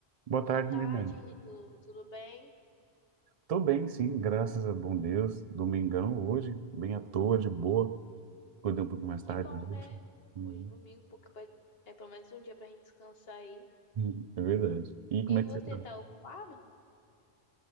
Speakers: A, on the right; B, on the left.
A: Boa
B: Boa
A: tarde,
B: tarde,
A: Milene.
B: tudo, tudo bem?
A: Tô bem, sim, graças a bom Deus. Domingão hoje, bem à toa, de boa. Acordei um pouquinho mais tarde
B: Que bom,
A: hoje.
B: né?
A: Uhum.
B: Hoje é domingo, porque vai, é pelo menos um dia pra gente descansar aí.
A: Uhum, É verdade. E como
B: E
A: é que
B: você
A: você tá?
B: tá ocupado?